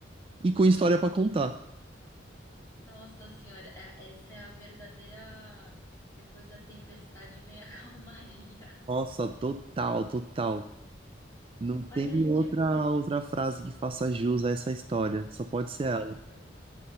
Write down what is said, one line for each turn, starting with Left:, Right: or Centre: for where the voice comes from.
Right: e com história pra contar.
Left: Nossa Senhora, é- essa é a verdadeira. Depois da tempestade vem a <laughs> calmaria.
Right: Nossa, total, total. Não tem
Left: Olha aí,
Right: outra
Left: tipo,
Right: outra frase que faça jus a essa história. Só pode ser
Left: nossa.
Right: ela.